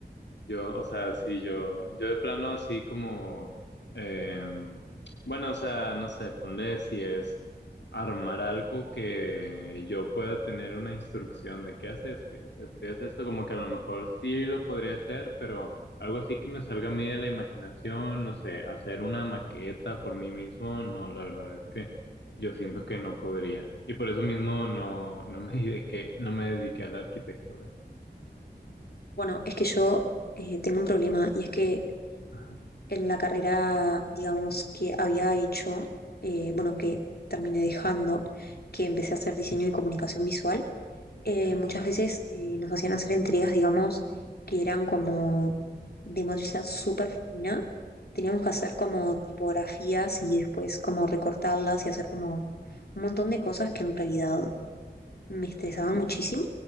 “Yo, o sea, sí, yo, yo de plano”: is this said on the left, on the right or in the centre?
Left